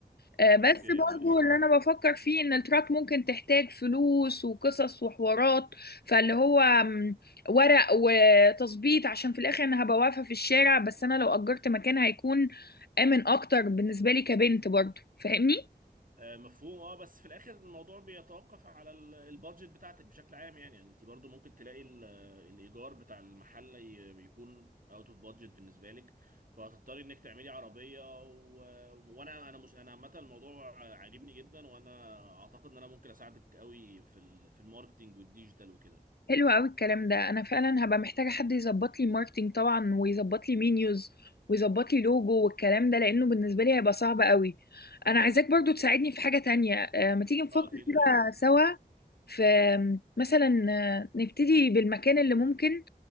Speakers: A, on the left (about 80°); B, on the right (about 60°).
A: آه، بس
B: اوكي
A: برضو
B: ماشي
A: اللي انا بفكر فيه ان التراك ممكن تحتاج فلوس وقصص وحوارات فاللي هو مم، ورق وتظبيط عشان في الاخر انا هبقى واقفة في الشارع بس انا لو اجرت مكان هيكون امن اكتر بالنسبة لي كبنت برضو فاهمني
B: آه، مفهوم اه بس في الاخر الموضوع بيتوقف على ال- البادجت بتاعتك بشكل عام يعني يعني انت برضو ممكن تلاقي ال- الايجار بتاع المحل ي- بيكون اوت اوف بادجت بالنسبه لك فهتضطري انك تعملي عربيه و... وانا انا مش انا عامه الموضوع عاجبني جدا وانا اعتقد ان انا ممكن اساعدك قوي في ال... في الماركتينج والديجيتال وكده
A: حلو قوي الكلام ده انا فعلا هبقى محتاجه حد يظبط لي ماركتينج طبعا ويظبط لي مينيوز ويظبط لي لوجو والكلام ده لانه بالنسبه لي هيبقى صعب قوي انا عايزاك برضو تساعدني في حاجه تانية آه، ما تيجي نفكر
B: اه اكيد
A: كده
B: قولي لي
A: سوا في آم، مثلا آه، نبتدي بالمكان اللي ممكن